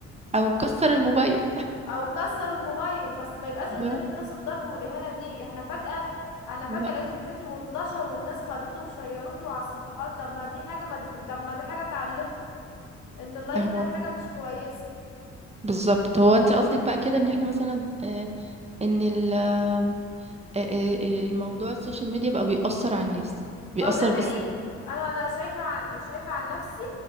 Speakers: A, on the right; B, on the left.
A: او كسر الموبايل
B: او كسر الموبايل بس ما يبقاش
A: لا
B: قدام الناس الضرب والاهانه دي احنا فجاه انا فجاه
A: لا،
B: لقيت الفيديو وانتشر والناس خدته وشيرته على الصفحات طب ما دي حاجه ما تز- طب ما دي حاجه تعلمكم ان اللايف
A: هو
B: ده حاجه مش كويسه
A: بالظبط هو انت قصدك بقى كده ان احنا مثلا آه، ان ال- <laughs> آه، آه، آه، الموضوع السوشيال ميديا بقى بيأثر على الناس بيأثر
B: اه ده حقيقي
A: بالسلب
B: انا انا شايفه عن شايفه عن نفسي